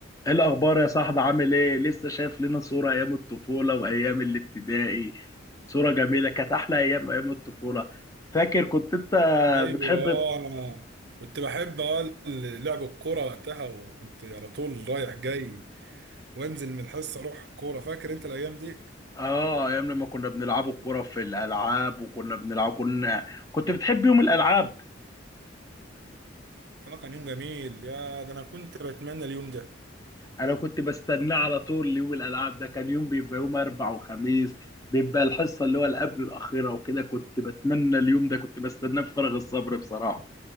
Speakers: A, on the left; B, on the right.
A: ايه الاخبار يا صاحبي عامل ايه لسه شايف لنا صورة ايام الطفولة وايام الابتدائي صورة جميلة كانت احلى ايام ايام الطفولة فاكر كنت انت
B: ايوه
A: بتحب
B: آه، انا كنت بحب اه لعب الكوره وقتها وكنت على طول رايح جاي وانزل من الحصه اروح الكوره فاكر انت الايام دي
A: اه ايام لما كنا بنلعب الكرة في الالعاب وكنا بنلعب كنا كنت بتحب يوم الالعاب
B: آه، كان يوم جميل يا ده انا كنت بتمنى اليوم ده
A: انا كنت بستناه على طول يوم الالعاب ده كان يوم بيبقى يوم اربع وخميس بيبقى الحصة اللي هو اللي قبل الاخيرة وكده كنت بتمنى اليوم ده كنت بستناه بفارغ الصبر بصراحة